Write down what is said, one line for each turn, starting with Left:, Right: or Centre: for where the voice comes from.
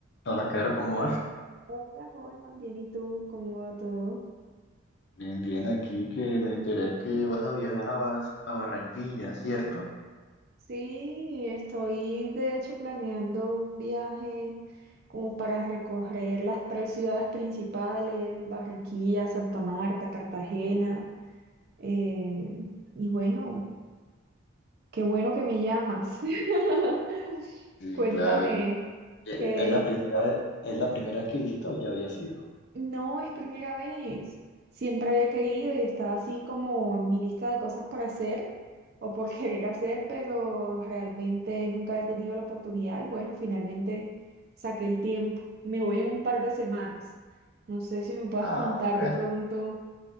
Left: Hola, Caro, ¿cómo vas?
Right: Hola, Holman, bien, ¿y tú? ¿Cómo va todo?
Left: Bien, bien, aquí que me enteré que vas a viajar a, Bas- a Barranquilla, ¿cierto?
Right: Sí, estoy de hecho planeando un viaje como para recorrer las tres ciudades principales, Barranquilla, Santa Marta, Cartagena. em, y bueno, qué bueno que me llamas. <laughs>
Left: Sí,
Right: Cuéntame,
Left: claro. y- Eh,
Right: ¿qué,
Left: ¿Es la primera, ve- es la primera vez que visito o ya había sido?
Right: No, es primera vez. Siempre había querido y estaba así como en mi lista de cosas por hacer o por <laughs> querer hacer, pero realmente nunca había tenido la oportunidad y bueno, finalmente saqué el tiempo. Me voy en un par de semanas. No sé si me puedas
Left: Ah,
Right: contar
Left: bueno.
Right: de pronto,